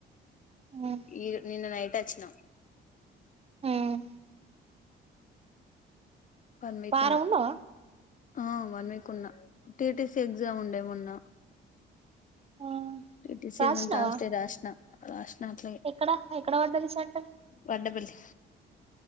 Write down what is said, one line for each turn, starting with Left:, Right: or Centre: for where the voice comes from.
Right: ఉమ్
Left: ఈ నిన్న నైట్ వచ్చినాం
Right: ఉమ్
Left: వన్ వీక్
Right: వారం
Left: ఉన్నా
Right: ఉన్నావా
Left: ఆ వన్ వీక్ ఉన్నా టీటీసీ ఎగ్జామ్ ఉండే మొన్న
Right: ఆ
Left: టీటీసీ
Right: రాసినావా
Left: ఎగ్జామ్యే తర్స్ డే రాస్నా <unintelligible> నాట్లే
Right: ఎక్కడ ఎక్కడ పడ్డది సెంటర్
Left: వండ బల్లె